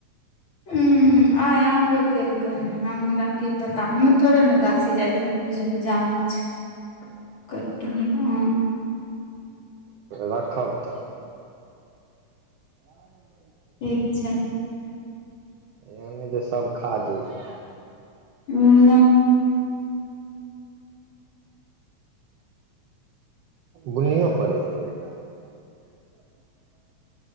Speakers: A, on the left; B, on the right.
A: ह आ आनबे केलकै हन हमरा की पता हम थोड़े ने गाछी जाय छ त बूजबे जामुन छै
B: <inaudible>
A: <unintelligible>
B: राखब तऽ <unintelligible>
A: ठीक छै
B: एन नई जे सब खा जेबै
A: ने
B: बुनीयौ पड़ैया <inaudible>